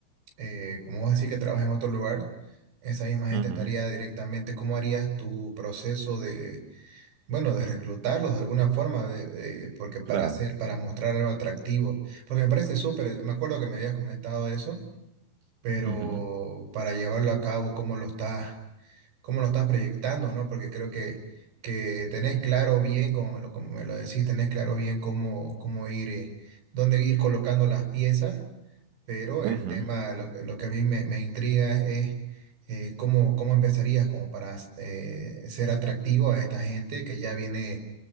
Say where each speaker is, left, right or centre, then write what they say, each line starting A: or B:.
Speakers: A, on the right; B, on the right.
A: eh, como vos decís que trabaja en otro lugar, esa misma gente
B: Ujú,
A: estaría directamente, ¿cómo harías tu proceso de, bueno, de reclutarlos de alguna forma, de- de- porque para
B: Claro.
A: hacer, para mostrar algo atractivo, porque me parece súper, me acuerdo que me habías comentado eso pero
B: Ujú,
A: para llevarlo a cabo, cómo lo estás, cómo lo estás proyectando, ¿no? Porque creo que, que tenés claro bien, como me lo, como me lo decís, tenés claro bien cómo, cómo ir, eh, dónde ir colocando las piezas, pero el
B: ujú,
A: tema, lo, lo que a mí me, me intriga es, eh, cómo, cómo empezarías como para eh, ser atractivo a esta gente que ya viene